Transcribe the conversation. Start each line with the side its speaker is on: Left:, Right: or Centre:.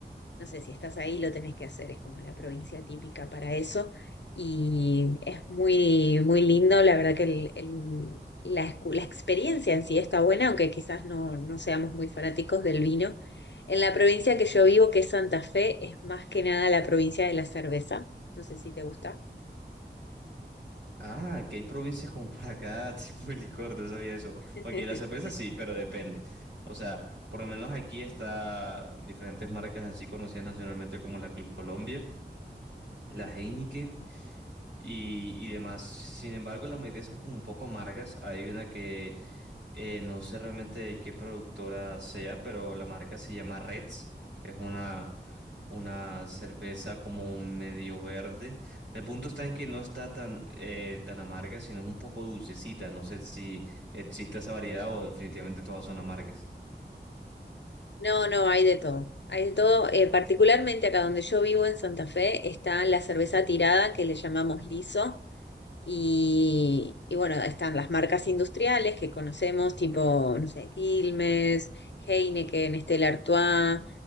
Left: no sé, si estás ahí lo tenés que hacer, es como la provincia típica para eso. Y es muy, muy lindo, la verdad que el- el- la, escu- la experiencia en sí está buena, aunque quizás no, no seamos muy fanáticos del vino. En la provincia que yo vivo, que es Santa Fe, es más que nada la provincia de la cerveza. No sé si te gusta.
Right: Ah, que hay provincias como para cada <laughs> tipo de licor, no sabía eso.
Left: <laughs>
Right: Porque la cerveza sí, pero depende. O sea, por lo menos aquí está diferentes marcas así conocidas nacionalmente como la Club Colombia, la
Left: Mm.
Right: Heineken. y, y demás. Sin embargo, la mayoría son como un poco amargas. Hay una que eh, no sé realmente de qué productora sea, pero la marca se llama Reds. Es una, una cerveza como medio verde. El punto está en que no está tan, eh, tan amarga, sino es un poco dulcecita. No sé si existe esa variedad o definitivamente todas son amargas.
Left: No, no, hay de todo. Hay de todo. Eh, particularmente acá donde yo vivo en Santa Fe está la cerveza tirada que le llamamos liso Y, y bueno, están las marcas industriales que conocemos, tipo, no sé, Quilmes, Heineken, Stella Artois,